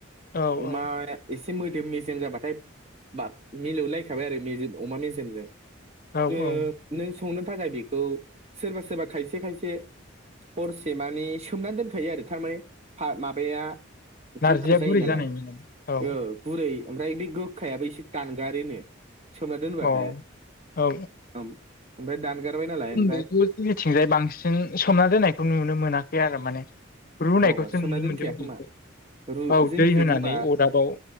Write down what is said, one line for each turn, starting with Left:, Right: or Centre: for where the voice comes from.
Left: औ
Right: अमा
Left: औ
Right: एसे मोदोम मेजेम जाबाथाय बाब मिलौलायखाबाय आरो मेजेम अमा मेजेमजों
Left: औ
Right: ओ
Left: औ
Right: नों संनो थाखाय बेखौ सोरबा सोरबा खायसे खायसे हरसे मानि सोमना दोनखायो आरो थारमाने फा माबाया
Left: नारजिया
Right: गोखा जायो
Left: गुरै
Right: नालाय
Left: जानायनि नामा? अ
Right: ओ गुरै ओमफ्राय बे गोखायाबो एसे दानगारोनो सोमना दोनबाथाय
Left: औ औ
Right: ओम ओमफ्राय दानगारबाय नालाय
Left: जों
Right: ओमफ्राय
Left: बेखौ जोंनिथिंजाय बांसिन सोमना दोननायखौ नुनो मोनाखै आरो माने रुनायखौसो
Right: ओमफ्राय अ सोमना
Left: नुनो
Right: दोनखाया
Left: मोनदों आं बेखौ
Right: खोमा रु
Left: औ
Right: जोंनिखि
Left: दै होनानै
Right: रुवा
Left: अदाबाव